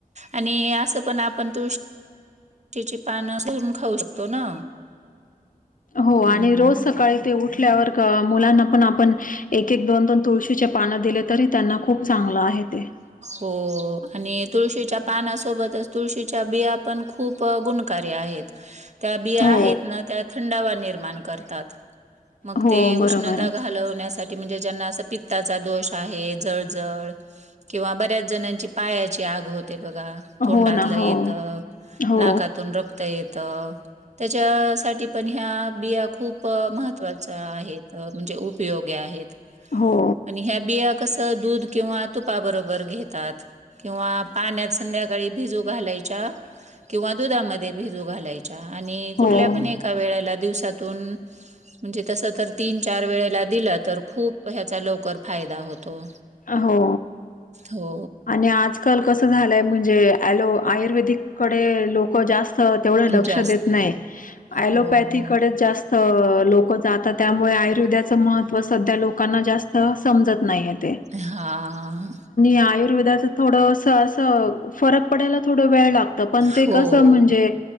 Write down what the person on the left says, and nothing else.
हो
आणि रोज सकाळी ते उठ <unintelligible> मुलांना पण आपण एक एक दोन दोन तुळशीचे पान दिलेत तरी त्यांना खूप चांगलं आहे ते.
हो
हो
बरोबर
हो ना हो
हो
हो
हो
हो
आणि आजकाल कसं झालंय म्हणजे ऍलो आयुर्वेदिक कडे लोक जास्त अं तेवढं लक्ष
देत नाइ अलोपथीकडे
जास्त हो लोक जातात त्यामुळे आयुर्वेदयाचं महत्त्व सध्या लोकांना जास्त समजत नायात.
आयुर्वेदाचं थोडं अस-अस फरक पडायला थोडं वेळ लागत पण ते
कसं म्हणजे